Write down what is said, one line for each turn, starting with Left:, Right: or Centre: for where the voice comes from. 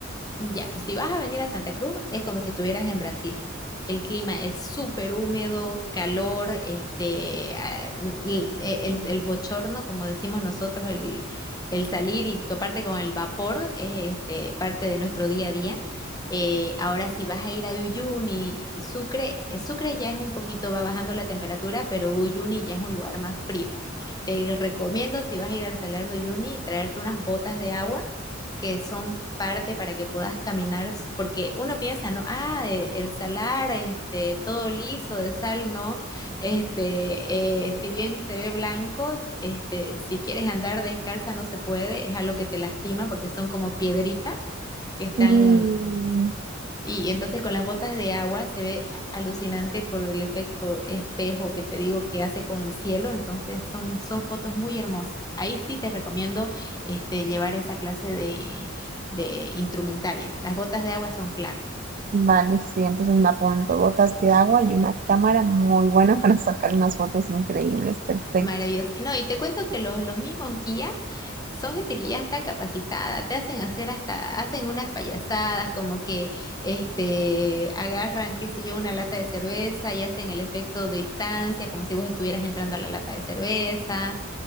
Left: Ya, si vas a venir a Santa Cruz, es como si estuvieras en Brasil. El clima es súper húmedo, calor, este, ah, l- e, el, el bochorno, como decimos nosotros, el, el salir y toparte con el vapor es este, parte de nuestro día a día. Eh, ahora, si vas a ir a Uyuni, Sucre, eh, Sucre ya es un poquito, va bajando la temperatura, pero Uyuni ya es un lugar más frío. Te recomiendo, si vas a ir al Salar de Uyuni, traerte unas botas de agua que son parte para que puedas caminar, s- porque uno piensa, ¿no? Ah, e- el salar, este, todo liso de sal, no, este, eh, si bien se ve blanco, este, si quieres andar descalza no se puede, es algo que te lastima porque son como piedritas que están
Right: Mm,
Left: y entonces con las botas de agua se ve a- alucinante por el efecto espejo que te digo que hace con el cielo. Entonces son, son fotos muy hermosas. Ahí sí te recomiendo este, llevar esa clase de, de instrumentaria. Las botas de agua son clave.
Right: vale, sí, entonces me apunto botas de agua y una cámara muy buena para sacar unas fotos increíbles, perfecto.
Left: Maravilloso. No, y te cuento que los, los mismos guías son gente que ya está capacitada, te hacen hacer hasta, hacen unas payasadas como que este, agarran, qué sé yo, una lata de cerveza y hacen el efecto de distancia, como si vos estuvieras entrando a la lata de cerveza